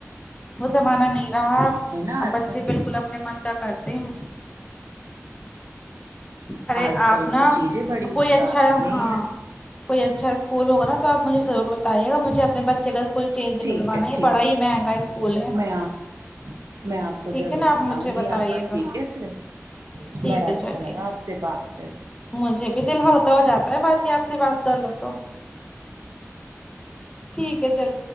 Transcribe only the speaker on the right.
ہے نا
آج
کل
آج کل
تو چیزیں بڑی بکار
ہو رہی
ہیں
ٹھیک
ٹھیک
میں آپ میں آپ کو
ضرور
بتاؤں
گی
آپا ٹھیک
ہے پھر
بڑا
اچھا
لگا آپ سے بات کر